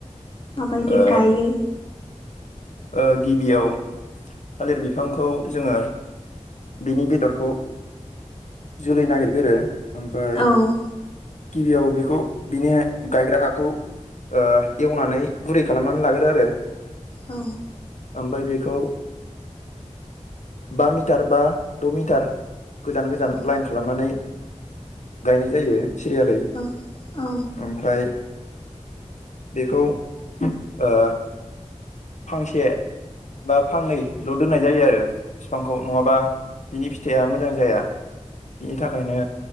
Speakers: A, on the left; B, on the left.
A: माबायदि
B: ओ
A: गायो
B: ओ गिबियाव थालिर बिफांखौ जोङो बिनि बेदरखौ जोलै नागिरगोरो ओमफाय
A: औ
B: गिबियाव बेखौ बिनि गायग्रा हाखौ ओ एवनानै गुरै खालामनानै लागोरो आरो
A: औ
B: ओमफ्राय बेखौ बा मिटार बा द' मिटार गोजान गोजान
A: औ
B: लाइन खालामनानै गायनाय जायो। सिरियालै
A: औ औ
B: ओमफ्राय बेखौ ओ फांसे बा फांनैल' दोननाय जायो आरो फिफांखौ नङाबा बिनि फिथाइआ मोजां जाया बिनि थाखायनो